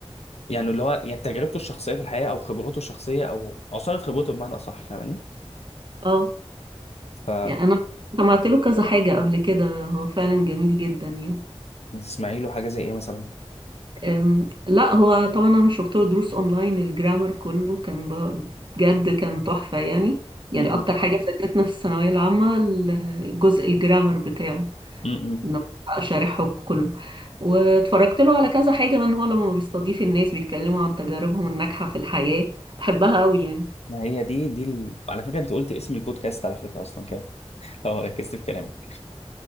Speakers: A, on the left; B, on the right.
A: يعني اللي هو يعني تجربته الشخصيه في الحياه او خبرته الشخصيه او عصاره خبرته بمعنى اصح فاهماني
B: اه
A: ف
B: يعني انا سمعت له كذا حاجة قبل كده هو فعلا جميل جدا يعني
A: تسمعي له حاجه زي ايه مثلا
B: أم، لا هو طبعا انا شفت له دروس اونلاين الجرامر كله كان ب- بجد كان تحفة يعني يعني
A: م-م.
B: اكتر حاجة فادتنا في الثانوية العامة الجزء الجرامر بتاعه
A: م-م.
B: انه بقى شارحه كله واتفرجت له على كذا حاجة بقى ان هو لما بيستضيف الناس بيتكلموا عن تجاربهم الناجحة في الحياة بحبها قوي يعني
A: ما هي دي دي ال... على فكره انت قلت اسم البودكاست على فكره اصلا كده لو ركزت في كلامك